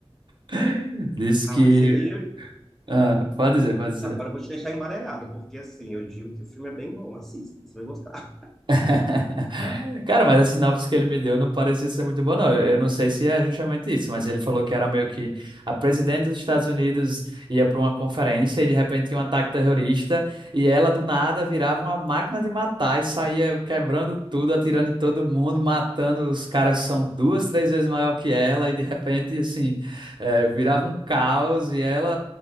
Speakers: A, on the right; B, in the centre.
A: <laughs> Disse
B: Ah,
A: que,
B: mas eu,
A: ah, pode dizer, pode dizer.
B: agora eu vou te deixar embaralhado, porque assim, eu digo que o filme é bem bom, assista, você vai gostar.
A: <laughs> Cara, mas a sinopse que ele me deu não parecia ser muito boa, não. Eu, eu não sei se é justamente isso, mas ele falou que era meio que a presidente dos Estados Unidos ia para uma conferência e de repente tinha um ataque terrorista e ela do nada virava uma máquina de matar e saía quebrando tudo, atirando em todo mundo, matando os caras que são duas, três vezes maior que ela e de repente, assim, eh, virava um caos e ela,